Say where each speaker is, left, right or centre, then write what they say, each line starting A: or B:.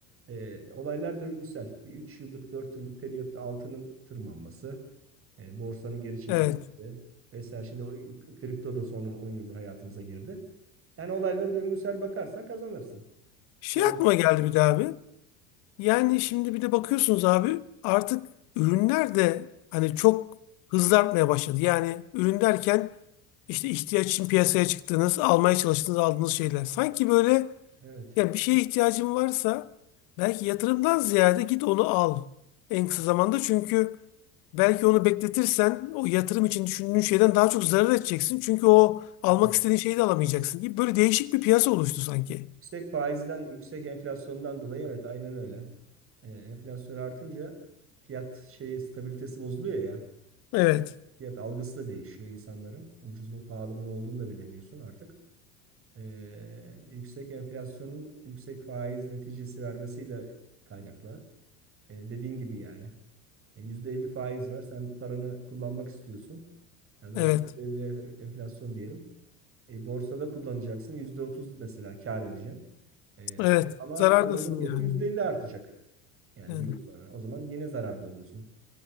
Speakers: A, on the right (about 35°); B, on the left (about 65°).
A: Ee, olaylar döngüsel. Bir 3 yıllık 4 yıllık periyotta altının tırmanması, e, borsanın geri çekilmesi
B: Evet.
A: vesaire. Şimdi o, kripto da son 10 yıldır hayatımıza girdi. Yani olaylara döngüsel bakarsan kazanırsın.
B: Şey
A: Doğru.
B: aklıma geldi bir daha abi. Yani şimdi bir de bakıyorsunuz abi artık ürünler de hani çok hızlı artmaya başladı. Yani ürün derken işte ihtiyaç için piyasaya çıktığınız, almaya çalıştığınız, aldığınız şeyler. Sanki böyle
A: Evet.
B: ya bir şeye ihtiyacın varsa belki yatırımdan ziyade git onu al en kısa zamanda. Çünkü belki onu bekletirsen o yatırım için düşündüğün şeyden daha çok zarar edeceksin. Çünkü o almak
A: Evet.
B: istediğin şeyi de alamayacaksın gibi böyle değişik bir piyasa oluştu sanki.
A: Yüksek faizden, yüksek enflasyondan dolayı evet aynen öyle. Ee, enflasyon artınca fiyat şeyi stabilitesi bozuluyor ya.
B: Evet,
A: Fiyat algısı da değişiyor insanların. Ucuz mu pahalı mı ne olduğunu da bilemiyorsun artık. Ee, yüksek enflasyonun yüksek faiz neticesi vermesiyle kaynaklı. Ee, dediğin gibi yani. E, %50 faiz var. Sen paranı kullanmak istiyorsun. Ya da
B: evet,
A: %50 enflasyon diyelim. E, borsada kullanacaksın. yüzde otuz mesela kâr edeceksin. E,
B: evet.
A: ama
B: Zarardasın
A: o malın fiyatı
B: yani.
A: %50 artacak. Yani
B: Yani,
A: bir yıl sonra. O zaman yine zararda oluyorsun.